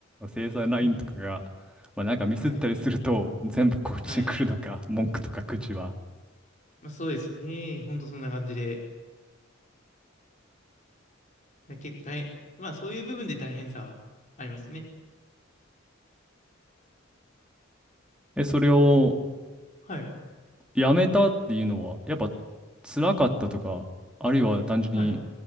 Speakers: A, in the centre; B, on the left.
A: 生産ラインとかが、
B: うん。
A: まあ、なんかミスったりすると全部こっちに来るのか、
B: はい。はい。
A: 文句とか口は。
B: まあ、そうですね。ほんとそんな感じで。結構大変、まあそういう部分で大変さはありますね。
A: え、それを
B: はい。
A: やめたっていうのは、やっぱ辛かったとか、あるいは単純に
B: はい。